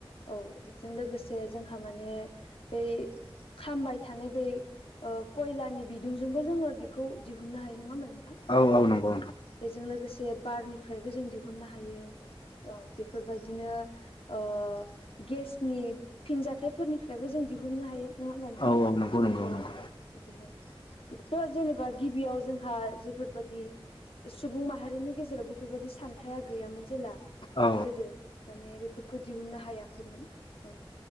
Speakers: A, on the left; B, on the left.
A: औ बेजों लोगोसे जोंहा माने बै खामबाय थानाय बै ओ कयलानि बिदुंजोंबो जोङो बेखौ दिहुननो हायो नोङा होमबा नों थां
B: औ
A: आरो
B: औ नंगौ
A: बेजों लोगोसे बारनिफ्रायबो जों दिहुननो हायो, औ बेफोरबादिनो ओ गेसनि फिनजाथाइफोरनिफ्रायबो जों दिहुननो हायो, नङा होमबा नोंथां?
B: औ नंगौ नंगौ
A: औ औ
B: नंगौ
A: बिदिनो बेखौथ' जेनेबा गिबियाव जोंहा बे फोरबादि सुबुं माहारिनि गेजेराव बेफोरबादि सानथाया गैयामोन जेला
B: औ
A: गोदो माने बेफोरखौ दिहुननो हायाखैमोन औ